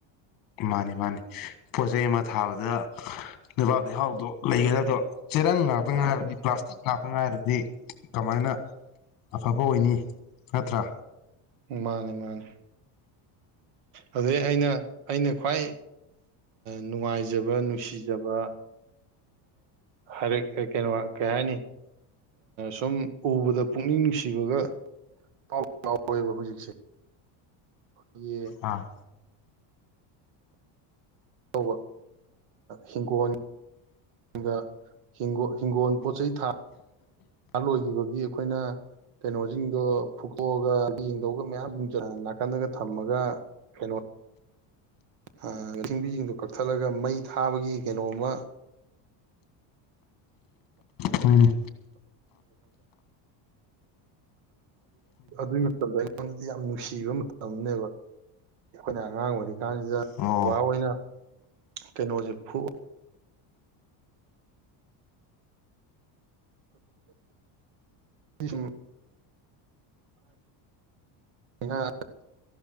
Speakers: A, on the left (about 45°); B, on the right (about 70°).
A: ꯃꯥꯅꯤ ꯃꯥꯅꯤ ꯄꯣꯠ ꯆꯩꯩ ꯑꯃ ꯊꯥꯕꯗ ꯂꯩꯕꯥꯛ ꯂꯩꯍꯥꯎꯗꯣ ꯂꯩꯒꯗꯕꯗꯣ ꯆꯦꯔꯪ ꯉꯥꯛꯇ ꯉꯥꯏꯔꯗꯤ ꯄ꯭ꯂꯥꯁꯇꯤꯛ ꯉꯥꯛꯇ ꯉꯥꯏꯔꯗꯤ ꯀꯃꯥꯏꯅ ꯑꯐꯕ ꯑꯣꯏꯅꯤ ꯅꯠꯇ꯭ꯔꯥ
B: ꯃꯥꯅꯦ ꯃꯥꯅꯦ ꯑꯗꯨꯗꯩ ꯑꯩꯅ ꯑꯩꯅ ꯈ꯭ꯋꯥꯏ ꯅꯨꯡꯉꯥꯏꯖꯕ ꯅꯨꯡꯁꯤꯖꯕ ꯍꯥꯏꯔꯛ ꯀꯩꯅꯣ ꯀꯩ ꯍꯥꯏꯅꯤ ꯁꯨꯝ ꯎꯕꯗ ꯄꯨꯛꯅꯤꯡ ꯅꯨꯡꯁꯤꯕꯒ ꯄꯥꯎ ꯐꯥꯎꯋꯦꯕ ꯍꯧꯖꯤꯛꯁꯦ ꯌꯦ
A: ꯑꯥ
B: ꯇꯧꯕ ꯍꯤꯡꯒꯣꯜ ꯑꯗꯨꯒ ꯍꯤꯡꯒꯣꯜ ꯍꯤꯡꯒꯣꯜ ꯄꯣꯠ ꯆꯩ ꯊꯥ ꯂꯣꯏꯈꯤꯕꯒꯤ ꯑꯩꯈꯣꯏ ꯑꯩꯈꯣꯏꯅ ꯀꯩꯅꯣꯁꯤꯡꯗꯣ ꯐꯨꯀꯣꯛꯑꯒ ꯌꯦꯡꯗꯧꯑꯒ ꯃꯌꯥꯝꯁꯤꯡ ꯅꯥꯀꯟꯗꯒ ꯊꯝꯃꯒ ꯀꯩꯅꯣ ꯑ ꯂꯁꯤꯡꯕꯤꯁꯤꯡꯗꯣ ꯀꯛꯊꯠꯂꯒ ꯃꯩ ꯊꯥꯕꯒꯤ ꯀꯩꯅꯣꯝꯃ
A: ꯐꯣꯏꯅꯦ
B: ꯑꯗꯨꯒꯤꯗ ꯑꯩꯉꯣꯟ ꯌꯥꯝ ꯅꯨꯡꯁꯤꯕ ꯃꯇꯝꯅꯦꯕ ꯑꯩꯈꯣꯏꯅ ꯑꯉꯥꯡ ꯑꯣꯏꯔꯤꯉꯩ ꯀ ꯀꯥꯟꯁꯤꯗ
A: ꯑꯣ
B: ꯕꯕꯥ ꯑꯣꯏꯅ ꯇꯩꯅꯣ ꯍꯧꯖꯤꯦ ꯐꯨ ꯎꯝ ꯉꯥꯡ